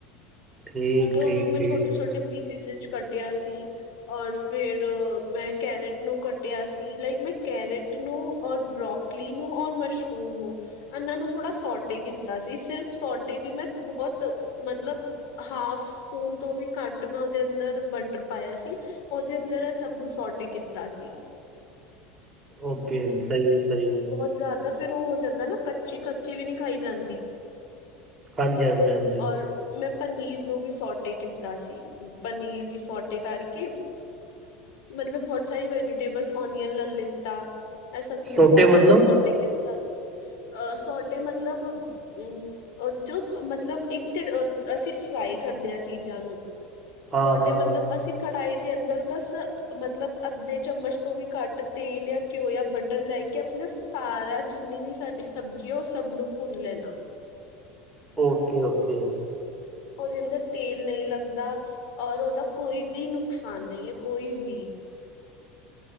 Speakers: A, on the right (about 20°); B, on the left (about 65°).
A: ਠੀਕ
B: ਤੇ ਓਨੂੰ
A: ਠੀਕ
B: ਮੈਂ
A: ਠੀਕ
B: ਛੋਟੇ-ਛੋਟੇ ਪੀਸਿਸ ਚ ਕੱਟਿਆ ਸੀ। ਔਰ ਫੇਰ ਮੈਂ ਕੈਰੇਟ ਨੂੰ ਕੱਟਿਆ ਸੀ, ਲਾਈਕ ਮੈਂ ਕੈਰਟ ਨੂੰ ਔਰ ਬਰੋਕਲੀ ਨੂੰ ਔਰ ਮਸ਼ਰੂਮ ਨੂੰ ਇਨ੍ਹਾਂ ਨੂੰ ਥੋੜ੍ਹਾ ਸੋਟੇ ਕੀਤਾ ਸੀ ਸਿਰਫ ਸੋਟੇ ਵੀ ਮੈਂ ਬਹੁਤ ਮਤਲਬ ਹਾਫ ਸਪੂਨ ਤੋਂ ਵੀ ਘੱਟ ਮੈਂ ਓਦੇ ਅੰਦਰ ਬਟਰ ਪਾਇਆ ਸੀ। ਓਦੇ ਅੰਦਰ ਏ ਸਭ ਨੂੰ ਸੋਟੇ ਕੀਤਾ ਸੀ।
A: ਓਕੇ ਸਈ ਐ, ਸਈ ਐ।
B: ਬੋਤ ਜ਼ਿਆਦਾ ਫੇਰ ਉਹ ਹੋ ਜਾਂਦਾ ਨਾਂ, ਕੱਚੀ, ਕੱਚੀ ਵੀ ਨੀਂ ਖਾਈ ਜਾਂਦੀ।
A: ਹਾਂਜੀ, ਹਾਂਜੀ, ਹਾਂਜੀ।
B: ਔਰ ਮੈਂ ਪਨੀਰ ਨੂੰ ਵੀ ਸੋਟੇ ਕੀਤਾ ਸੀ ਪਨੀਰ ਵੀ ਸੋਟੇ ਕਰਕੇ ਮਤਲਬ ਬਹੁਤ ਸਾਰੀ ਵੈਜੀਟੇਬਲਸ ਓਨੀਅਨ ਲ ਲਿੱਤਾ ਇਹ ਸਭ ਨੂੰ
A: ਛੋਟੇ
B: ਥੋੜਾ
A: ਮਤਲਬ
B: ਥੋੜ੍ਹਾ ਸੋਟੇ ਕੀਤਾ ਅਹ ਸੋਟੇ ਮਤਲਬ ਹੂੰ ਜੋ ਮਤਲਬ ਇੱਕ ਤੇ ਅਸੀਂ ਫਰਾਈ ਕਰਦੇ ਹਾਂ ਚੀਜ਼ਾਂ ਨੂੰ
A: ਹਾਂ
B: ਸੋਟੇ
A: ਹਾਂ ਹਾਂ
B: ਮਤਲਬ ਅਸੀਂ ਕੜਾਹੀ ਦੇ ਅੰਦਰ ਬਸ ਮਤਲਬ ਅੱਧੇ ਚਮਚ ਤੋਂ ਵੀ ਘੱਟ ਤੇਲ ਜਾਂ ਘਿਓ ਜਾਂ ਬ ਮਟਰ ਲੈ ਕੇ ਆਪਣਾ ਸਾਰਾ ਜਿੰਨੀ ਵੀ ਸਾਡੀ ਸਬਜ਼ੀ ਆ ਉਹ ਸਭ ਨੂੰ ਭੁੰਨ ਲੈਣਾ।
A: Okay okay.
B: ਉਹਦੇ ਅੰਦਰ ਤੇਲ ਨਹੀਂ ਲੱਗਦਾ ਔਰ ਉਹਦਾ ਕੋਈ ਵੀ ਨੁਕਸਾਨ ਨਹੀਂ ਹੈ ਕੋਈ ਵੀ।